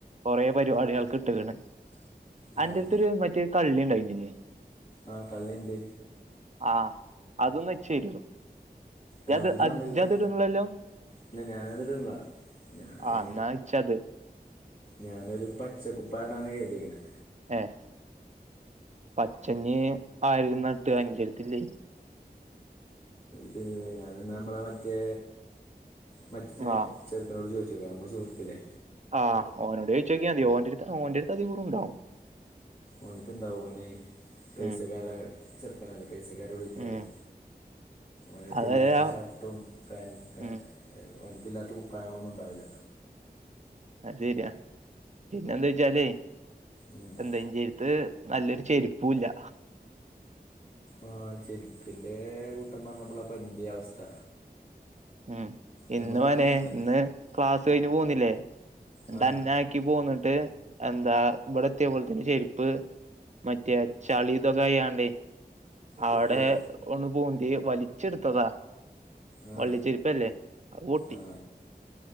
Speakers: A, on the right; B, on the left.
A: കൊറേ പരിപാടികൾക്ക് ഇട്ട്ക്ക്ണ് അന്റെട്ത്തര്
B: ആഹ്
A: മറ്റേ കള്ളി ഇണ്ടായിന്നില്ലേ
B: ആ കള്ളി ണ്ട്
A: ആ അതൊന്ന് ഇച്ചെരോ യത്
B: ആഹ് അത് ഇജോണ്ടോയ്ക്കോ
A: അ ജ്ജ് അത് ഇട്ണ്ല്ലല്ലോ
B: ഇല്ല ഞാനതിടണില്ല ഞാന്
A: ആ, ന്നാ ച്ചത്
B: ഞാനൊരു പച്ചക്കുപ്പായടാനാ കര്തിക്ക്‌ണെ
A: എഹ് പച്ചഞ് ആ <unintelligible> ല്ലേ
B: ത് ഞാന് ന്നാ അമ്മളെ മറ്റേ മചെ
A: ആഹ്
B: ചെർക്കനോട് ചോ അമ്മളെ സുഹൃത്തില്ലെ
A: ആ ഓനോട് ചോയിചോക്യാതി ഓന്റെ അടുത്ത് ഓന്റെ അടുത്തധികോം ണ്ടാവും
B: ഓൻക്ക്‌ണ്ടാവും ഓനേ പെയ്സക്കാരേ
A: ഉം
B: ചെർക്കനല്ലേ പെയ്സക്കാരോ <unintelligible> ത്തല്ലേ
A: ഉം
B: ഓന്റെ എട്ത്ത്
A: അതല്ല
B: ഇല്ലാത്ത ഷർട്ടും പേൻ ഏ
A: ഉം
B: ഓന്റെട്ത്തില്ലാത്ത കുപ്പായങ്ങളൊന്നും ഉണ്ടാവില
A: അത് ശരിയാ പിന്നെന്ത് വെച്ചാല്
B: ഉം
A: എന്തെ ഇന്റെര്ത്ത് നല്ലൊരു ചെരുപ്പൂ ഇല്ല
B: ആ ചെര്പ്പിന്റെ കൂട്ടം പർഞ്ഞപ്പളാ ഇപ്പന്റിം അവസ്ഥ
A: ഉം ഇന്ന്
B: നമുക്ക്
A: മനേ
B: വേണമെങ്കിൽ ഒന്ന്
A: ഇന്ന് ക്ലാസ് കഴിഞ്ഞ് പോന്നില്ലേ
B: ആ
A: ണ്ടെന്നെ ക്കി പോന്നിട്ട് എന്താ ഇവടത്തിയപ്പൊത്തിന് ചെരിപ്പ് മറ്റേ ചളി ഇതൊകയാണ്ടേ അവടെ
B: പൊട്ടിയോ
A: ഒന്ന് പൂന്തി വലിച്ചെട്ത്തതാ
B: ആ
A: വള്ളിച്ചെരിപ്പല്ലേ അഹ് പൊട്ടി
B: ആ